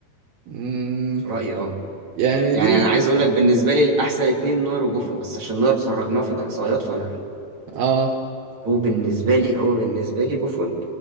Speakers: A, on the right (about 85°); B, on the right (about 35°).
A: انت
B: في رايي اه
A: يعني
B: يعني
A: دي
B: انا عايز
A: بس-
B: اقول لك بالنسبه لي احسن اتنين نوير وبوفون بس عشان نوير خرجناه في الاقصائيات فلا
A: اه
B: هو بالنسبه لي هو بالنسبه لي بوفون